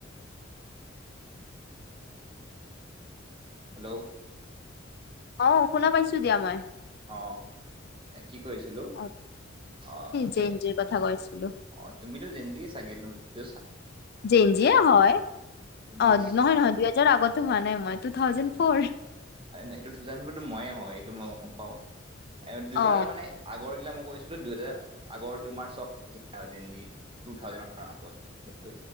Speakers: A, on the right (about 25°); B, on the left (about 55°).
A: হেল্ল'
B: অ শুনা পাইছো দিয়া মই
A: অ কি কৰিছিলো
B: অ
A: অ
B: জে
A: এই
B: এন জিৰ কথা কৈ আছিলো
A: অ তুমি তো জেঞ্জি চাগে তুমিতো
B: জেঞ্জীয়ে হয় অ
A: বিশ
B: নহয় নহয় দুই হেজাৰ আগতো হোৱা নাই মই টু থাউজণ্ড ফ'ৰ
A: ন সেইটো টু থাউজেণ্ড মইয়ে হয় এইটো মই গম পাওঁ টু
B: অ
A: থাউজেণ্ড মানে আগৰগিলা মোক কৈছিলো দুই হেজাৰ আগৰ তোমাৰ হে চব গেঞ্জী টু থাউজেণ্ডত আৰম্ভ হৈছিল